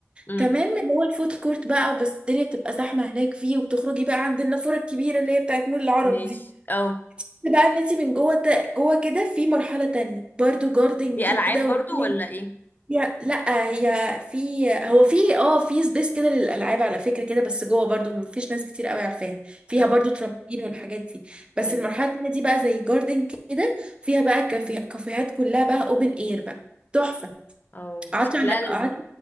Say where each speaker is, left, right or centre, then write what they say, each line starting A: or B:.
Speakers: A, on the left; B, on the right.
A: امم
B: تمام اللي هو الفود كورت بقى بس الدنيا بتبقى زحمه هناك فيه وبتخرجي بقى عند النافوره الكبيره اللي هي بتاعت مول العرب
A: ماشي
B: دي
A: او
B: بقى ان انتي من جوه ت- جوه كده في مرحله تانية برضو جاردن
A: دي
B: كده
A: العاب برضو ولا ايه
B: هي لا هي في هو في اه في سبيس كده للالعاب على فكره كده بس جوه برضو مفيش ناس كتير قوي عارفاها فيها
A: اه
B: برضو ترامبين والحاجات دي بس
A: ايوه
B: المرحله التانيه دي بقى زي جاردن كده فيها بقى كافيه كافيهات كلها بقى اوبن اير بقى تحفه
A: او
B: قعدت
A: شكلها
B: على قعدت
A: لذيذ